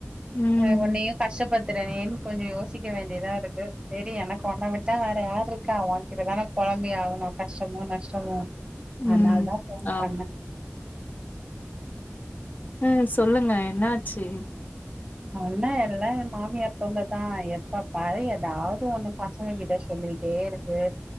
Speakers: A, on the left; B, on the right.
A: ம்
B: ஆ உன்னயு கஷ்டப்பத் திறனேன் கொஞ்சோ யோசிக்க வேண்டியதா இருக்கு செரி எனக்கு ஒண்ண விட்டா வேற யார் இருக்கா உன்கிட்டதானேப் குழம்பி ஆவணு கஷ்டமோ நஷ்ட ஆ <unintelligible> அனால்
A: ம்
B: தா ஃபோன்
A: ஆம்
B: பண்ண
A: ம் சொல்லுங்க என்ன ஆச்சு
B: ஒண்ண எல்லா என் மாமியார் தொள்ளதா எப்ப பாரு ஏதாவது ஒண்ணு பசங்க கிட்ட சொல்லிட்டே இருக்கு